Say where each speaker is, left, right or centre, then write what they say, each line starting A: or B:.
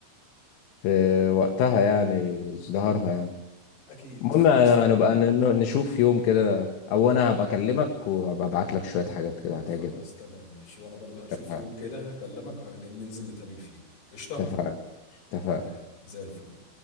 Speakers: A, on the left (about 75°); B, on the left (about 55°).
A: في وقتها يعني ازدهارها يعني
B: اكيد
A: المهم
B: خلاص
A: انا
B: تمام
A: نبقى ن- نشوف يوم كده او انا هبقى اكلمك وهبقى ابعت لك شويه حاجات كده هتعجبك
B: خلاص تمام ماشي وانا برضه هشوف
A: اتفقنا
B: يوم كده هكلمك هن- ننزل نتقابل فيه قشطه
A: اتفقنا اتفقنا
B: تمام زي الفل